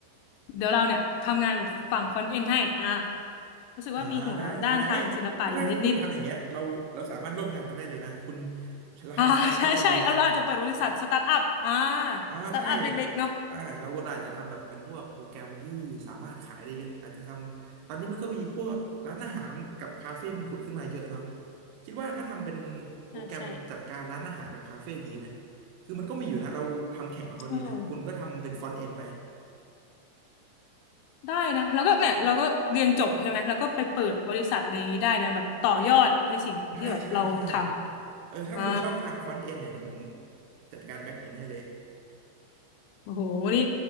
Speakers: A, on the left; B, on the right.
A: เดี๋ยวเราเนี่ยทำงานแบบฝั่งฟอนต์เอ็นให้อ่ะรู้สึกว่ามีหัวด้านทางศิลปะอยู่นิด
B: อ่าได้ได้ได้เอ้ยถ้าถ้าถ้าคุณทำอย่างเงี้ยเราเราสามารถร่วมงานกันได้เลยนะคุณ
A: ๆอ่า
B: เราทำสตาร์ทอัพกันดีไหม
A: <laughs> ใช่ใช่เอาเราอาจจะเปิดบริษัทสตาร์ทอัพอ่า
B: อ่าใช่
A: สตาร์ทอัพเล็กๆเนาะ
B: อ่าเราอาจจะทำแบบเป็นพวกโปรแกรมที่สามารถขายได้เยอะอาจจะทำตอนนี้มันก็มีพวกร้านอาหารกับคาเฟ่มันผุดขึ้นมาเยอะเนาะคิดว่าถ้าทำเป็นโปรแกรมจัดการร้านอาหารกับคาเฟ่ดีไหม
A: ใช่ใช่
B: คือมันก็มีอยู่แล้วเราทำแข่งกับเขาดีไหมคุณก็ทำเป็นฟรอนต์เอนไป
A: เออได้นะแล้วก็เนี่ยเราก็เรียนจบใช่ไหมแล้วก็ไปเปิดบริษัทอะไรอย่างนี้ได้นะแบบต่อยอดในสิ่งที่แบบเราท
B: ใช่ใช่ใช่
A: ำอ่า
B: เออถ้าคุณชอบทางฟรอนต์เอนเนี่ยเดี๋ยวผมจัดการแบ็กเอนให้เลย
A: โอ้โหนี่